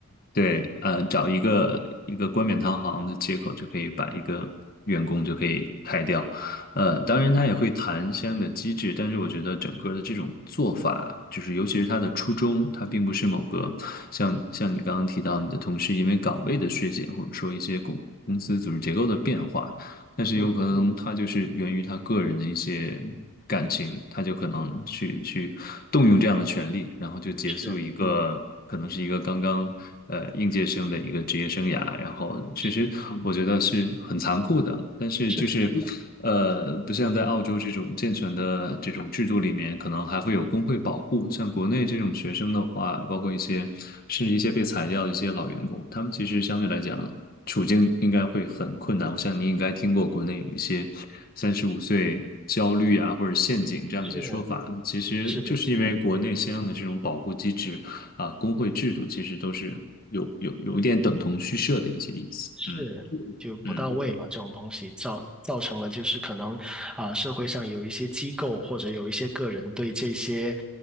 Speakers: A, on the left; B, in the centre.
A: 对，呃，找一个一个冠冕堂皇的借口就可以把一个员工就可以开掉，呃，当然他也会谈相应的机制，但是我觉得整个的这种做法，就是尤其是他的初衷，他并不是某个像像你刚刚提到你的同事因为岗位的削减，或者说一些公公司组织结构的变化，但是有可能他就是源于他个人的一些感情，
B: 嗯，嗯
A: 他就可能去去动用这样的权利，然后就结束一个可能是一个刚刚呃应届生的一个职业生涯。
B: 是
A: 然后其实我觉得是很残酷的，
B: 是
A: 但是就是呃不像在澳洲这种健全的这种制度里面，
B: 是的，是的，
A: 可能还会有工会保护。像国内这种学生的话，包括一些甚至一些被裁掉的一些老员工，他们其实相对来讲。处境应该会很困难。我想你应该听过国内有一些三十五岁焦虑啊，或者陷阱这样的一些说法。
B: 是
A: 其实就是因为国内相应的这种保护机制啊，
B: 是的，是的。
A: 工会制度其实都是有有有一点等同虚设的一些意思。
B: 是，
A: 嗯
B: 就不到位嘛，
A: 嗯嗯
B: 这种东西造造成了就是可能啊、社会上有一些机构或者有一些个人对这些